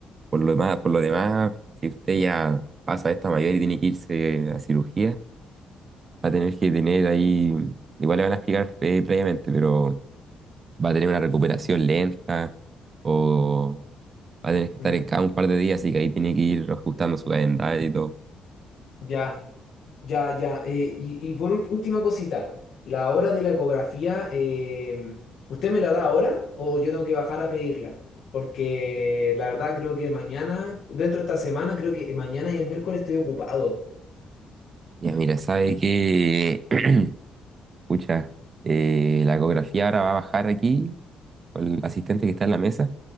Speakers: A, on the right (about 40°); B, on the left (about 70°).
A: por lo demás, por lo demás, si usted ya pasa esta mayor y tiene que irse a cirugía, va a tener que tener ahí, igual le van a explicar eh, previamente, pero va a tener una recuperación lenta o Va a tener que estar
B: Mm,
A: en cada un par de días, así que ahí tiene que ir ajustando su calendario y todo.
B: Ya. Ya, ya. eh, y, y por ult- última cosita, la hora de la ecografía, em, ¿usted me la da ahora o yo tengo que bajar a pedirla? Porque la verdad creo que mañana, dentro de esta semana, creo que mañana y el miércoles estoy ocupado.
A: Ya, mira, sabe que, <clears throat> escucha, la ecografía ahora va a bajar aquí con el asistente que está en la mesa